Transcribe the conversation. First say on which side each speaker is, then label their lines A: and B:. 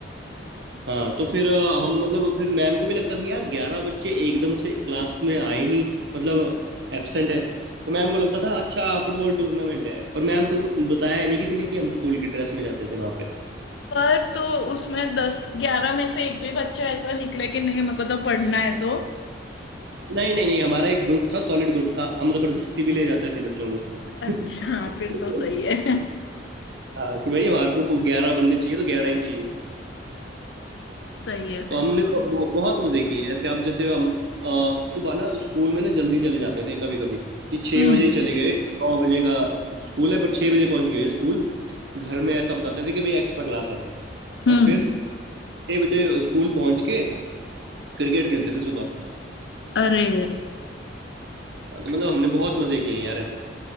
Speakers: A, on the right; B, on the left.
A: हाँ तो फिर अ, हम मतलब फिर मैम को भी लगता था यार ग्यारह बच्चे एकदम से क्लास में आए नहीं मतलब एब्सेंट है तो मैम को लगता था अच्छा फुटबॉल टूर्नामेंट है पर मैम को बताया नहीं किसी ने कि हम स्कूल की ड्रेस में जाते थे वहां पे
B: पर तो उसमें दस ग्यारह में से एक भी बच्चा ऐसा निकले कि नहीं मेरे को तो पढ़ना है तो
A: नहीं नहीं नहीं हमारा एक ग्रुप था सॉलिड ग्रुप था हम जबरदस्ती भी ले जाते थे बच्चों को
B: अच्छा
A: <laughs>
B: फिर तो सही है <laughs>
A: हाँ कि भाई हमारे को ग्यारह बंदे चाहिए तो ग्यारह ही चाहिए
B: सही है फिर
A: तो हमने
B: तो
A: ब- ब- बहुत मजे किए हैं ऐसे आप जैसे हम अ, सुबह ना स्कूल में ना जल्दी चले जाते थे कभी कभी कि छः
B: हम्म
A: बजे ही चले गए नौ बजे का स्कूल है पर छः बजे पहुंच गए स्कूल घर में ऐसा बताते थे कि भाई एक्स्ट्रा क्लास है
B: हम्म
A: और फिर छः बजे स्कूल पहुंच के क्रिकेट खेलते थे सुबह
B: अरे
A: हाँ, तो मतलब हमने बहुत मजे किए हैं यार ऐसे